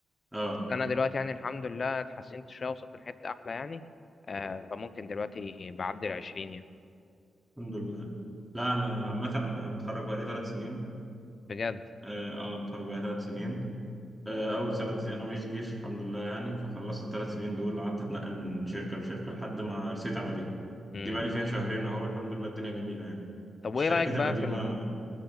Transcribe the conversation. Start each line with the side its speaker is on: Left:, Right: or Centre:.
Centre: اه
Left: بس أنا دلوقتي يعني الحمد لله اتحسنت شوية وصلت لحتة أحلى يعني آه، فممكن دلوقتي بعدي العشرين يعني
Centre: الحمد لله لا انا عامه انا متخرج بقالي ثلاث سنين
Left: بجد
Centre: اه آه، اتخرج بقى ثلاث سنين آه، اول سنه دي انا ماشي جيش الحمد لله يعني فخلصت الثلاث سنين دول قعدت اتنقل من شركه لشركه لحد ما رسيت على دي
Left: مم.
Centre: دي بقى لي فيها شهرين اهو الحمد لله الدنيا جميله يعني
Left: طب وإيه
Centre: الشركات
Left: رأيك بقى
Centre: القديمه
Left: في ال...